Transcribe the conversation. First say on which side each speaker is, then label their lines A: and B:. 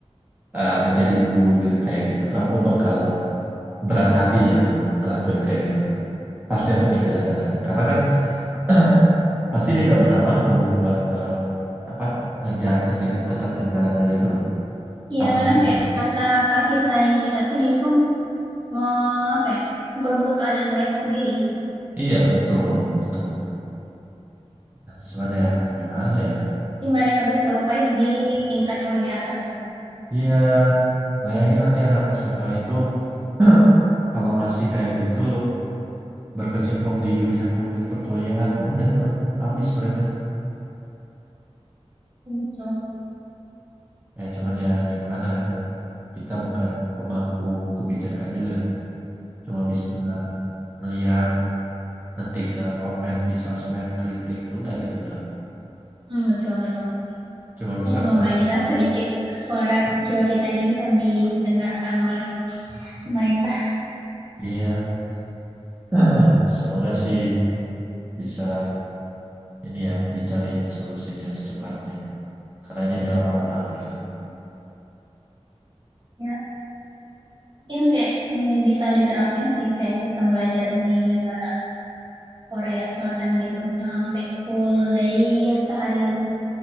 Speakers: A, on the right; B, on the right.
A: eh, menjadi guru gitu, kayak gitu tuh aku bakal berat hati sih aku tuh ngelakuin kayak gitu. Pasti aku tinggalin anaknya. Karena kan <clears throat> pasti dia nggak bakal mampu buat eh, apa ngejar ketingga- ketertinggalannya gitu loh.
B: Iya
A: Apalagi
B: kadang kayak
A: ke-
B: rasa kasih sayang kita tuh justru me, apa ya, memperburuk keadaan mereka sendiri. Gitu.
A: iya betul itu. Cuman ya gimana ya?
B: Jadi mereka nggak bisa survive di tingkat yang lebih atas gitu.
A: ya bayangin nanti anak SMA itu <clears throat> kalau masih kayak gitu berkecimpung di dunia kuliah perkuliahan, nah udah tuh habis mereka.
B: Betul.
A: Ya, cuman ya gimana kan, kita bukan pemangku kebijakan juga. Cuma bisa melihat, ngetik eh, komen di sosmed, kritik, udah gitu doang.
B: Hmm, betul, betul.
A: Cuma bisa
B: Ya semoga
A: berharap,
B: jelas sedikit suara kecil kita ini bisa didengarkan oleh pemerintah.
A: iya, <clears throat> semoga sih bisa ini ya, dicariin solusinya secepatnya. Karena ini udah parah banget gitu lah.
B: Ya, mungkin kayak eh, bisa diterapin sih kayak sistem belajar di negara. Korea Selatan gitu yang sampai full day ya, seharian